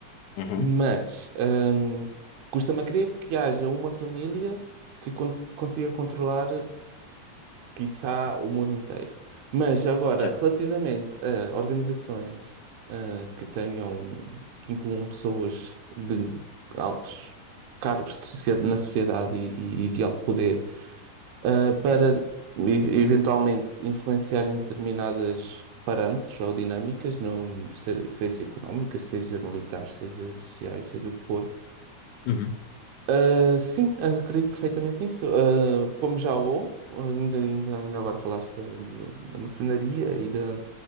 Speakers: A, on the left; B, on the right.
A: Uhum,
B: Mas hum, custa-me a crer que haja uma família que con- consiga controlar, quiçá, o mundo inteiro. Mas agora,
A: certo.
B: relativamente a organizações ah, que tenham, que incluam pessoas de altos cargos de socie- na sociedade e, e- e de alto poder, ah, para e- eventualmente influenciarem determinadas parâmetros ou dinâmicas, no, se- seja económicas, seja militares, seja sociais, seja o que for.
A: Uhum.
B: Ah, sim, acredito perfeitamente nisso. Ah, como já houve, ainda, ainda, ainda agora falaste da, do- da maçonaria e da.